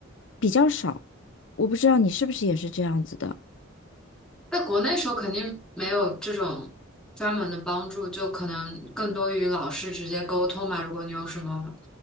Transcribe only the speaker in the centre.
在国内时候肯定没有这种专门的帮助，就可能更多与老师直接沟通嘛。如果你有什么